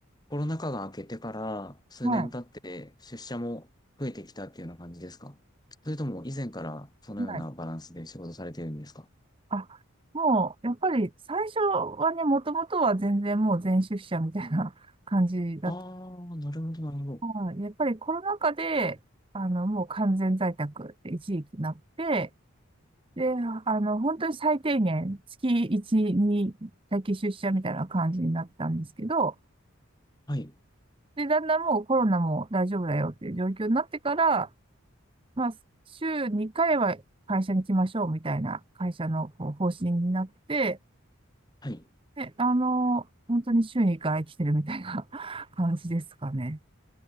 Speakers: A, on the left (about 20°); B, on the right (about 25°).
A: コロナ禍が明けてから数年経って出社も増えてきたっていうような感じですかそれとも以前からそのようなバランスで仕事されてるんですか
B: はい。はい。あ、もう、やっぱり最初はね、もともとは全然もう全出社みたいな <laughs> 感じだった。
A: ああー、なるほど、なるほど。
B: はい。やっぱりコロナ禍で、あの、もう完全在宅って一時期なって、で、あの、本当に最低限、月1、2だけ出社みたいな感じになったんですけど、
A: はい、
B: で、だんだんもうコロナも大丈夫だよっていう状況になってから、まあ、週2回は会社に来ましょうみたいな会社のこう方針になって、
A: はい。
B: で、あの、本当に週2回来てるみたいな <laughs> 感じですかね。